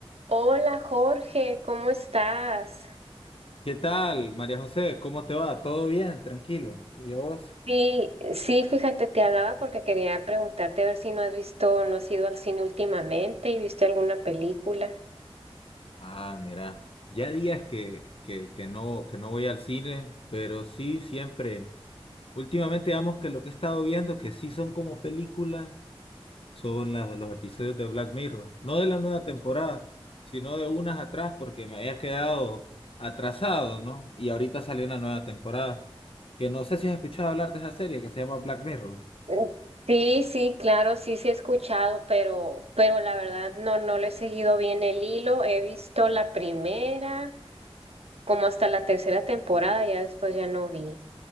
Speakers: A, on the right (about 80°); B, on the left (about 65°).
A: Hola Jorge, ¿cómo estás?
B: ¿Qué tal, María José? ¿Cómo te va? ¿Todo bien? Tranquilo. ¿Y a vos?
A: Sí, sí, fíjate, te hablaba porque quería preguntarte a ver si no has visto, no has ido al cine últimamente y viste alguna película.
B: Ah, mira, ya días que, que, que no, que no voy al cine, pero sí siempre. Últimamente, digamos que lo que he estado viendo, que sí son como películas, son las- los episodios de Black Mirror. No de la nueva temporada, sino de unas atrás, porque me había quedado atrasado, ¿no? Y ahorita salió una nueva temporada. Que no sé si has escuchado hablar de esa serie que se llama Black Mirror.
A: Mm. Sí, sí, claro, sí, sí he escuchado, pero, pero la verdad no, no le he seguido bien el hilo. He visto la primera, como hasta la tercera temporada, ya después ya no vi.